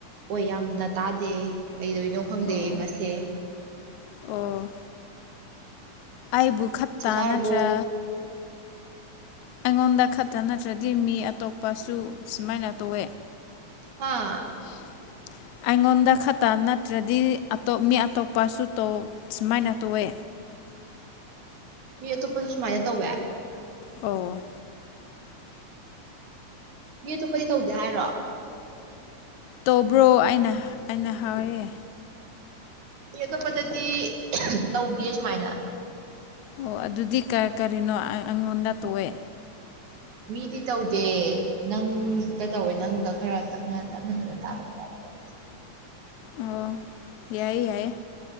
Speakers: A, on the right; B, on the left.
A: ꯑꯣꯏ ꯌꯥꯝꯅ ꯇꯥꯗꯦ ꯀꯩꯗꯣꯏꯅꯣ ꯈꯪꯗꯦ
B: ꯑꯣ
A: ꯃꯁꯦ
B: ꯑꯣ ꯑꯩꯕꯨ ꯈꯠꯇ
A: ꯆꯥꯛ ꯆꯥꯔꯕꯣ
B: ꯅꯠꯇ꯭ꯔ ꯑꯩꯉꯣꯟꯗ ꯈꯛꯇ ꯅꯠꯇ꯭ꯔꯗꯤ ꯃꯤ ꯑꯇꯣꯞꯄꯁꯨ ꯁꯨꯃꯥꯏꯅ ꯇꯧꯋꯦ
A: ꯑ
B: ꯍꯥꯥ ꯑꯩꯉꯣꯟꯗ ꯈꯛꯇ ꯅꯠꯇ꯭ꯔꯗꯤ ꯑꯇꯣꯞ ꯃꯤ ꯑꯇꯣꯞꯄꯁꯨꯧ ꯁꯨꯃꯥꯏꯅ ꯇꯧꯋꯦ
A: ꯃꯤ ꯑꯇꯣꯞꯄꯁꯨ ꯁꯨꯃꯥꯏꯅ ꯇꯧꯋꯦ
B: ꯑꯣ
A: ꯃꯤ ꯑꯇꯣꯞꯄꯗꯤ ꯇꯧꯗꯦ ꯍꯥꯏꯔꯣ
B: ꯇꯧꯕ꯭ꯔꯣ ꯑꯩꯅ ꯑꯩꯅ ꯍꯥꯎꯔꯦ
A: ꯑꯦ ꯑꯇꯣꯞꯄꯗꯗꯤ ꯇꯧꯗꯦ ꯁꯨꯃꯥꯏꯅ
B: ꯑꯣ ꯑꯗꯨꯗꯤ ꯀꯔꯤꯅꯣ ꯑꯩꯉꯣꯟꯗ ꯇꯣꯛꯑꯦ
A: ꯃꯤꯗꯤ ꯇꯧꯗꯦ ꯅꯪꯗ ꯇꯧꯋꯦ ꯅꯪꯗ ꯈꯔ ꯇꯞꯅ ꯇꯞꯅ ꯇꯞꯅ ꯇꯥꯕ ꯇꯥꯏꯞ ꯇꯧꯋꯦ.
B: ꯑꯣ ꯌꯥꯏꯌꯦ ꯌꯥꯏꯌꯦ